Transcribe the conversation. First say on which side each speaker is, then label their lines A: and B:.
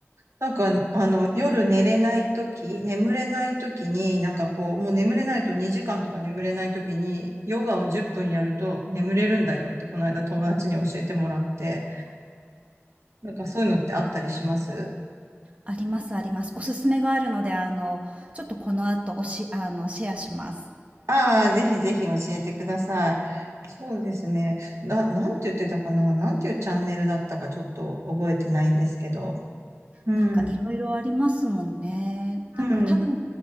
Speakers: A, on the right; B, on the right.
A: なんか、あの、夜寝れないとき、眠れないときに、なんかこう、もう眠れないと2時間とか眠れないときに、ヨガを10分やると眠れるんだよって、この間友達に教えてもらって、なんかそういうのってあったりします
B: ありますあります。おすすめがあるので、あの、ちょっとこの後おしあの、シェアします。
A: ああー、ぜひぜひ教えてください。そうですね。な、なんて言ってたかななんていうチャンネルだったかちょっと覚えてないんですけど。うん。
B: なんかいろいろありますもんね。なんか多分
A: うん。